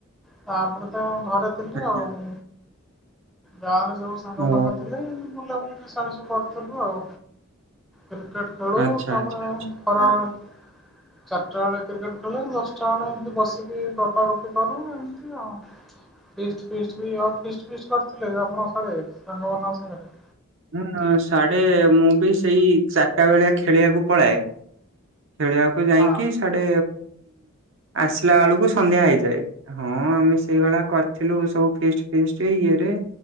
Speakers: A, in the centre; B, on the right (about 60°).
A: ତାପରେ ତ ଘରେ ଥିଲି
B: ଆଜ୍ଞା
A: ଆଉ, ଗାଁରେ ସବୁ ସାଙ୍ଗ
B: ଓ
A: ଫାଙ୍ଗ ଥିଲେ, ବୁଲାବୁଲି ମିଶାମିଶି କରିୁଥିଲୁ ଆଉ କ୍ରିକେଟ ଖେଳୁ
B: ଆଚ୍ଛା
A: ତାପରେ
B: ଆଚ୍ଛା ଆଚ୍ଛା।
A: ଖରା ବେଳୁ ଚାରିଟା ବେଳେ କ୍ରିକେଟ ଖେଳ ଦଷ୍ଟ ଳେ ଏମିତି ବସିକି ପା ଗପି କରୁ ଏମିତି ଆଉ ଫି ଭିଷ୍ଟ୍ ବି ଆଉ, କିିଷ୍ଟ ଫିସ୍ କରିଥିଲେ ଆପଣ ସେ ରଙ୍ଗରେ ସାଙ୍ଗ ମାନଙ୍କ ସାଙ୍ଗରେ?
B: ହଁ ସାଢେ ମୁଁ ବି ସେଇ ଚାରିଟା ବେଳିଆ ଖେଳିବାକୁ ପଳାଏ। ଖେଳିବାକୁ ଯାଇକି
A: ହଁ
B: ସେଡେ ଆସିଲା ବେଳକୁ ସନ୍ଧ୍ୟା ହେଇଯାଏ, ହଁ ଆମେ ସେଇଭଳିଆ କରିଥିଲୁ ସବୁ ଫିଷ୍ଟ ଫିଷ୍ଟ ଇଏରେ।